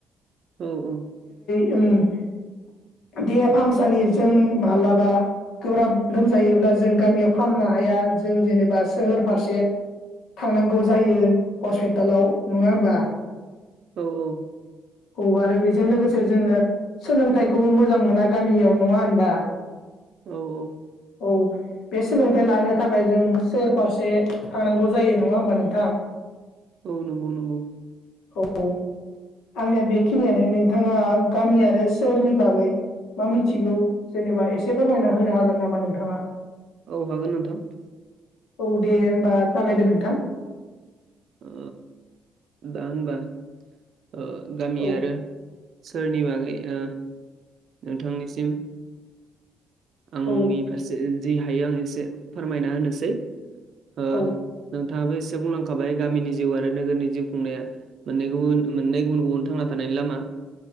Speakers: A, on the right (about 65°); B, on the left (about 80°).
A: औ औ।
B: उम देहा फाहामसालिजों माब्लाबा गोब्राब लोमजायोब्ला जों गामियाव फाहामनो हाया जों जेनेबा सोहोर फारसे थांनांगौ जायो हस्पिटालाव नङा होमबा?
A: औ औ।
B: औ आरो बेजों लोगोसे जोङो सोलोंथाइखौबो मोजां मोना गामियाव नङा होनबा?
A: औ औ।
B: औ बे सोलोंथाइ लानो थाखाय जों सोहोर फारसे थांनांगौ जायो नङा होमबा नोंथां?
A: औ नंगौ नंगौ।
B: औ आंनिया बेखिनियानो, नोंथाङा गामि आरो सोहोरनि बागै मा मिथिगौ, जेनेबा एसे फोरमायना होनो हागोन नामा नोंथाङा?
A: औ हागोन नोंथां
B: औ दे होमबा जागायदो नोंथां।
A: ओ दा होनबा ओ गामि
B: औ
A: आरो सोरनि बागै ओ नोंथांनिसिम आंनि
B: औ
A: फारसे जि हायो आं एसे फोरमायना होनोसै, ओ,
B: औ
A: नोंथाङाबो एसे बुलां खाबाय गामिनि जिउ आरो नोगोरनि जिउ खुंनाया मोननै गुबुन मोननै गुबुन गुबुन थांना थानायनि लामा